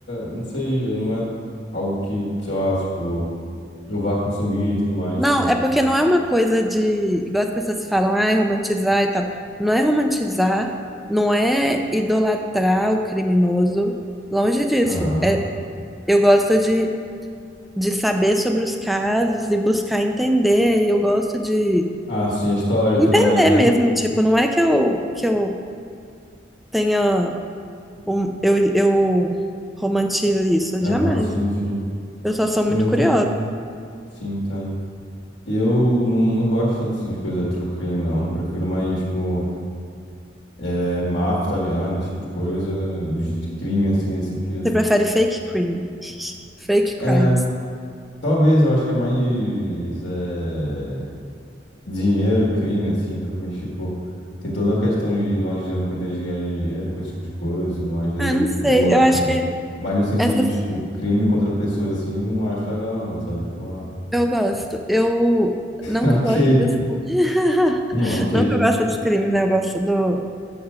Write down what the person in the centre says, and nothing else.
Não,
é porque não é uma coisa de, igual as pessoas falam, ai, romantizar e tal. Não é romantizar, não é idolatrar o criminoso, longe disso.
É, eu gosto de, de saber sobre os casos e buscar entender, e eu gosto de
entender
mesmo, tipo, não é que eu, que eu tenha, um, eu, eu romantizo isso,
jamais.
Eu só sou muito
curiosa.
Você prefere fake crime? <laughs> Fake
crimes.
Ah,
não sei.
Eu acho
que
essas
eu gosto. Eu não
que eu goste dos <laughs>
não que eu gosto dos crimes, né? Eu gosto do